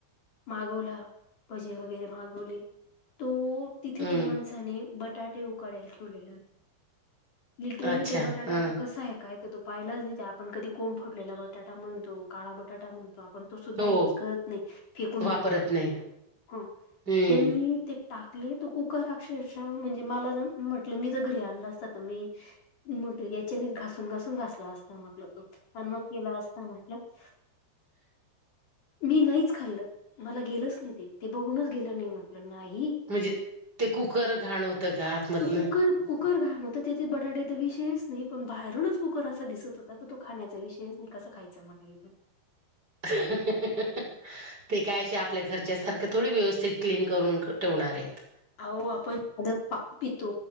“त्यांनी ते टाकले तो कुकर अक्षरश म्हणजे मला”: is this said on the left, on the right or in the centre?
Left